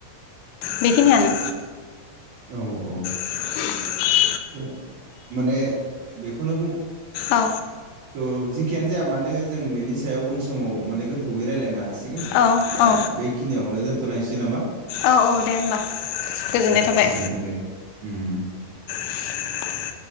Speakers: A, on the left; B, on the right.
A: बेखिनियानो
B: औ औ
A: उ
B: द माने बेखौनो
A: औ
B: थ' जेखियानो जाया मानो जों बेनि सायाव उन समाव माने गोथौैयै रायलायनो हासि गोन
A: औ औ
B: दा बेखिनियावनो दोनथ'लायनोसै नामा
A: औ औ दे होमबा गोजोननाय
B: दे
A: थाबाय
B: गोजोनथों दे उ उ
A: <inaudible>